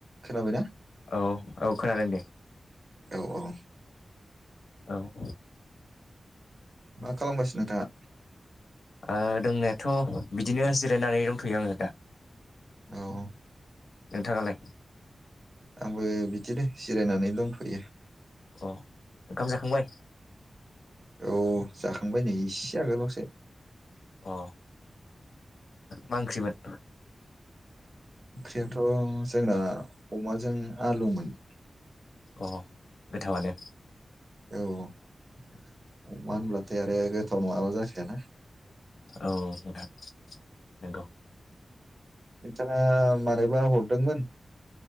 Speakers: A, on the right (about 40°); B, on the left (about 80°).
A: खोनाबायना
B: औ औ खोनादों दे
A: औ औ।
B: औ।
A: मा खालामगासिनो नोंथांङा?
B: ओ दंनायाथ' बिदिनो जिरायनानै दंथ'यो आङो दा।
A: औ
B: नोंथाङालाय
A: आंबो बिदिनो जिरायनानै दंथ'यो।
B: अह ओंखाम जाखांबाय?
A: औ जाखांबाय नै इसे। दाबावैसो।
B: अ मा ओंख्रिमोन?
A: ओंख्रियाथ' जोंना अमाजों आलुमोन।
B: अ गोथावानो।
A: औ अमा होनब्लाथाय आरो गोथाव नङाबा जाखायाना।
B: औे नोंथां। नंगौ।
A: नोंथाङा मानोबा हरदोंमोन?